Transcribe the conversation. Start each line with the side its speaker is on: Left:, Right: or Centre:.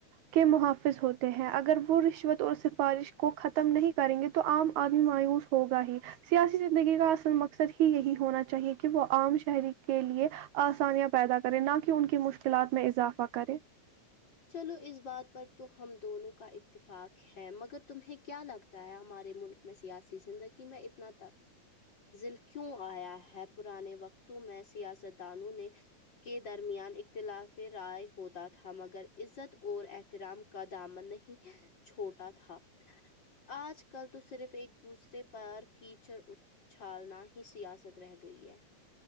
Right: کے محافظ ہوتے ہیں اگر وہ رشوت اور سفارش کو ختم نہیں کریں گے تو عام آدمی مایوس ہوگا ہی سیاسی زندگی کا اصل مقصد ہی یہی ہونا چاہیے کہ وہ عام شہری کے لیے آسانیاں پیدا کریں نہ کہ ان کی مشکلات میں اضافہ کرے
Left: چلو اس بات پر تو ہم دونوں کا اتفاق ہے ہے مگر تمہیں کیا لگتا ہے ہمارے ملک میں سیاسی زندگی میں اتنا ل کیوں آیا ہے پرانے وقتوں میں سیاستدانوں نے کے درمیان اختلافی رائے ہوتا تھا مگر عزت اور احترام کا دامن نہیں چھوٹا تھا آج کل تو صرف ایک دوسرے پر کیچڑ اٹچھالنا ہی سیاست رہ گئی ہے